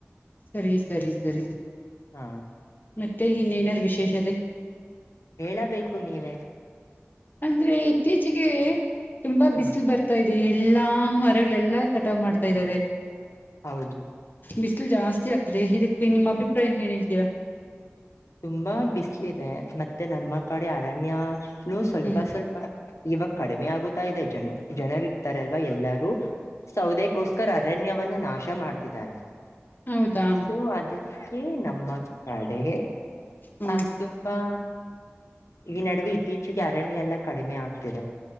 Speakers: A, on the left; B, on the left.
A: ಸರಿ ಸರಿ ಸರಿ
B: ಹಾ
A: ಮತ್ತೆ ಇನ್ನೇನಾದೂ ವಿಶೇಷತೆ?
B: ಹೇಳಬೇಕು ನೀವೇ.
A: ಅಂದ್ರೆ ಇತ್ತೀಚಿಗೆ ತುಂಬಾ ಬಿಸ್ಲು
B: ಹ
A: ಬರ್ತ ತ ಇದೆ ಎಲ್ಲಾ ಮರಗಳೆಲ್ಲಾ ಕಟಾವ್ ಮಾಡ್ತಾ ಇದ್ದಾರೆ.
B: ಹೌದು
A: ಬಿಸ್ಲು ಜಾಸ್ತಿ ಆಗ್ತಿದೆ ಇದಕ್ಕೆ ನಿಮ್ಮ್ ಅಭಿಪ್ರಾಯ ಏನೇಳ್ರ್ತೀರಾ?
B: ತುಂಬಾ ಬಿಸ್ಲ ಇದೆ ಮತ್ತೆ ನಮ್ಮ ಕಡೆ ಅರಣ್ಯನು ಸ್ವಲ್ಪ
A: ಹ್ಮ್
B: ಸ್ವಲ್ಪ್ ಪ ಇವಾಗ ಕಡಿಮೆ ಆಗುತಾ ಇದೆ ಜನ ಜನರು ಇರ್ತಾರೆ ಅಲ್ವಾ ಎಲ್ಲಾರ್ ರೂ ಸೌದೆಗೋಸ್ಕರ್ ಅರಣ್ಯವನ್ನು ನಾಶ ಮಾಡ್ತಿದ್ದಾರೆ.
A: ಹೌದಾ
B: ಸೊ ಅದಕ್ಕೆ ನಮ್ಮ ಕಡೆ
A: ಹ್ಮ್
B: ಆತುಪಾ. ಈ ನಡುವೆ ಇತ್ತೀಚೆಗೆ ಅರಣ್ಯ ಎಲ್ಲ ಕಡಿಮೆ ಆಗ್ತಿದೆ